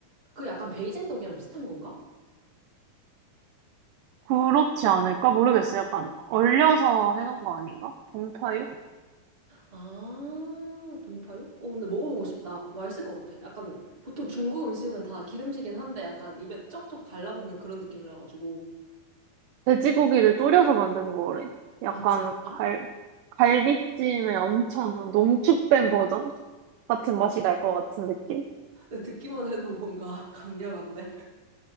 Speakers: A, on the right (about 15°); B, on the right (about 80°).
A: 그 약간 베이징 떡이랑 비슷한 건가?
B: 그렇지 않을까? 모르겠어. 약간 얼려서 해놓은 거 아닌가? 동파육?
A: 아, 동파육? 어, 근데 먹어보고 싶다. 맛있을 것 같아. 약간, 보통 중국 음식은 다 기름지긴 한데 약간 입에 쩍쩍 달라붙는 그런 느낌이라가지고.
B: 돼지고기를 졸여서 만든 거래. 약간
A: 아, 진짜?
B: 갈, 갈비찜의 엄청 농축된 버전? 같은 맛이 날 것 같은 느낌?
A: 근데 듣기만 해도 뭔가 <laughs> 강렬한데?